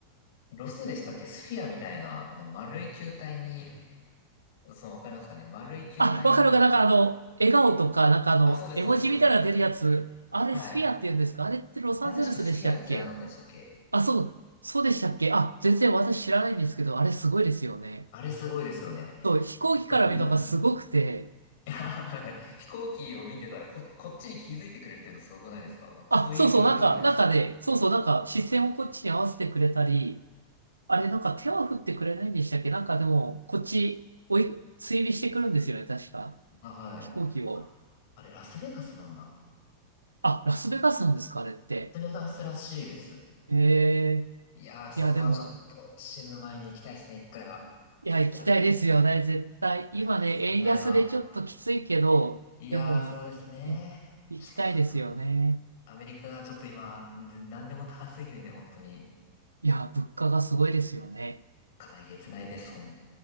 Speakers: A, on the left; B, on the right.
A: ロスでしたっけスフィアみたいな、あの、丸い球体に、そう、わかりますかね丸い球体に、
B: あ、わかるか、なんかあの、笑顔とか、なんかあの、
A: あ、そうです、
B: 絵文字みたいなの出るやつ、
A: そうです、そうです、そうです。
B: あれスフィアって言うんですかあれってロサンゼルスでしたっけ
A: はい。あれ確かスフィアじゃなかったでしたっけ
B: あ、そう、そうでしたっけあ、全然私知らないんですけど、あれすごいですよね。
A: あれすごいですよね。
B: そう、飛行機から見るのがすごくて、
A: あれどこにあるのいや、<laughs> なんか飛行機を見てたらこ、こっちに気づいてくれるっていうのすごくないですかなんかそういう動画見たんですよ。
B: あ、そうそう、なんか、なんかね、そうそう、なんか視線をこっちに合わせてくれたり、あれなんか手は振ってくれないんでしたっけなんかでも、こっち追い、追尾してくるんですよね、確か。
A: あ、はい。
B: 飛行機を。
A: あ、あれラスベガスなんだ。
B: あ、ラスベガスなんですかあれって。
A: ラスベガスらしいです。
B: へえ、
A: いやー、そこはちょっと死ぬ前に行きたいですね、
B: いや、でも、
A: 一回は。
B: いや、
A: 絶対行きたいです。
B: 行きたいですよね、絶対。
A: 行きたいですね、
B: 今ね、円安でちょっときついけど、
A: あれは。いやー、
B: でも、
A: そうですね。
B: え、行きたいですよね。
A: ちょっと、あアメリカがちょっと今、ん何でも高すぎるんで、本当に。
B: いや、物価がすごいですよね。
A: 回えげつないです、ほ